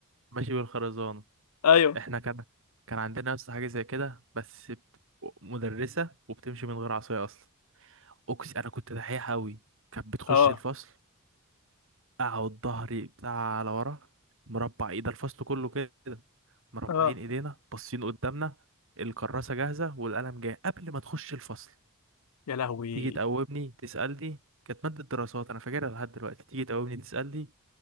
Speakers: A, on the right (about 60°); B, on the left (about 80°).
A: ماشي بالخرزانة
B: ايوه
A: إحنا كان كان عندنا يا اسطى حاجة زي كده بس بت- مدرسة وبتمشي من غير عصاية أصلا أقسم أنا كنت دحيح أوي كانت بتخش
B: اه
A: الفصل أقعد ظهري بتاع على ورا مربع إيد الفصل كله كده مربعين
B: اه
A: إيدينا باصين قدامنا الكراسة جاهزة والقلم جاي قبل ما تخش الفصل
B: يا لهوي
A: تيجي تقومني تسألني كانت مادة دراسات أنا فاكرها لحد دلوقتي تيجي تقومني تسألني